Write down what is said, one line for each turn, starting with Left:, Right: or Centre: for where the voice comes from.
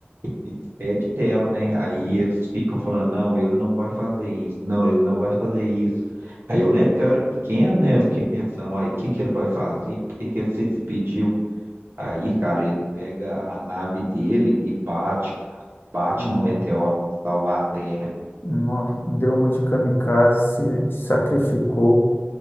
Right: e pede dela, né? Aí eles ficam falando, não, ele não vai fazer isso, não, ele não vai fazer isso. Aí eu lembro que eu era pequeno, né? Eu fiquei pensando, uai, o que que ele vai fazer? Por que que ele se despediu? Aí, cara, ele pega a nave dele e bate, cara, bate
Left: nossa,
Right: no meteoro pra salvar a Terra.
Left: nossa, deu uma de kamikaze, se sacrificou.